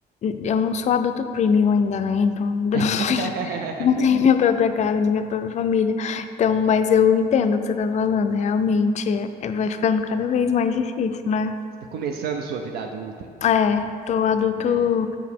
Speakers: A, on the left; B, on the right.
A: Eu não sou adulto premium ainda, né? Então, <laughs> ainda
B: <laughs>
A: não tenho Não tenho minha própria casa, nem minha própria família. Então, mas eu entendo o que você tá falando. Realmente, é- é- vai ficando cada vez mais difícil, né?
B: Você tá começando sua vida adulta,
A: É, tô adulto.
B: né?